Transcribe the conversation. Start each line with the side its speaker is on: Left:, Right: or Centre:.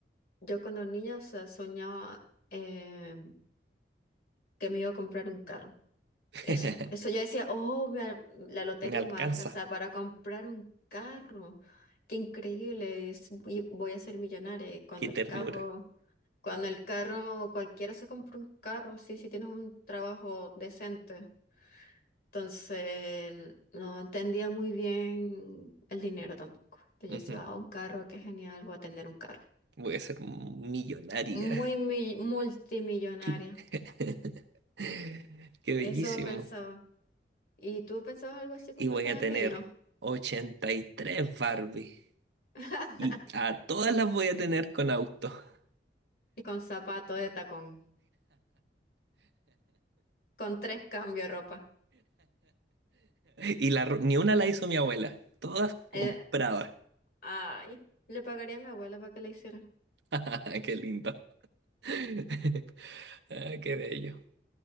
Left: yo cuando niña, o sea, soñaba eh, que me iba a comprar un carro.
Right: <laughs>
Left: Eso, eso yo decía, oh, me al- la lotería
Right: Me alcanza.
Left: me alcanza para comprar un carro. Qué increíble, es- voy, voy a ser millonaria Y cuando
Right: Qué ternura.
Left: el carro, cuando el carro, cualquiera se compra un carro, sí, si tienes un trabajo decente. Entonces, no entendía muy bien el dinero tampoco. Entonces
Right: Ujú.
Left: yo decía, ah, un carro, qué genial, voy a tener un carro.
Right: Voy a ser millonaria.
Left: Muy mi- multimillonaria.
Right: <laughs> Qué
Left: Eso
Right: bellísimo.
Left: pensaba. ¿Y tú pensabas algo así cuando
Right: Y voy
Left: eras
Right: a tener
Left: niño?
Right: 83 Barbie.
Left: <laughs>
Right: Y a todas las voy a tener con auto. <laughs>
Left: Y con zapato de tacón, con tres cambios de ropa.
Right: Y la ro- ni una la hizo mi abuela. Todas
Left: Eh,
Right: compradas.
Left: ay, le pagaría a mi abuela para que la hiciera.
Right: <laughs> Qué lindo. <laughs> Ah, Qué bello.